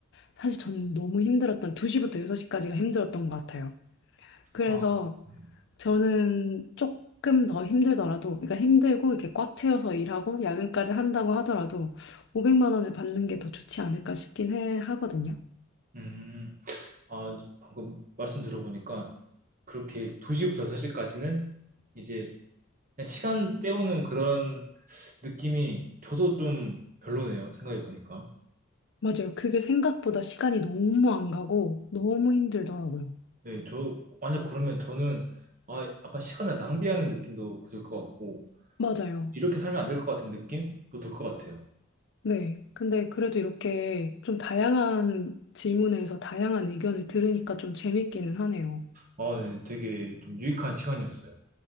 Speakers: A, on the left (about 65°); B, on the right (about 40°).
A: 사실 저는 너무 힘들었던 2시부터 6시까지가 힘들었던 것 같아요. 그래서
B: 아, 네.
A: 저는 조금 더 힘들더라도, 그러니까 힘들고 이렇게 꽉 채워서 일하고 야근까지 한다고 하더라도 500만 원을 받는 게 더 좋지 않을까 싶긴 해 하거든요.
B: 음, 아, 방금 말씀 들어보니까 그렇게 2시부터 6시까지는 이제 그냥 시간 때우는 그런 느낌이 저도 좀 별로네요. 생각해 보니까.
A: 맞아요. 그게 생각보다 시간이 너무 안 가고 너무 힘들더라고요.
B: 네, 저 만약 그러면 저는 아 약간 시간을 낭비하는 느낌도 들 것 같고
A: 맞아요.
B: 이렇게 살면 안 될 것 같은 느낌도 들 것 같아요.
A: 네. 근데 그래도 이렇게 좀 다양한 질문에서 다양한 의견을 들으니까 좀 재밌기는 하네요.
B: 아, 네, 되게 좀 유익한 시간이었어요.